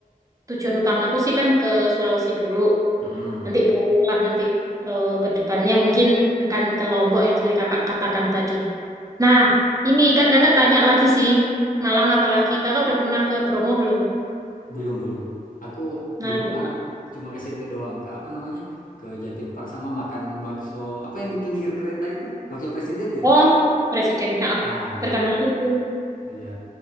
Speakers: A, on the right; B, on the left.
A: tujuan utamaku sih kan ke Sulawesi dulu.
B: Mm-mm.
A: Nanti barulah nanti eh, ke depannya mungkin akan ke Lombok yang seperti kakak katakan tadi. Nah, ini kan kakak tanya lagi sih, Malang apalagi. Kakak udah pernah ke Bromo belum?
B: Belum, belum. Aku
A: Nah,
B: di Malang
A: itu kak.
B: cuma ke situ doang, ke apa namanya? Ke Jatim Park sama makan bakso apa yang di pinggir kereta itu? Bakso presiden ya?
A: Oh, Presiden. Nah,
B: Nah,
A: terkenal itu.
B: Iya.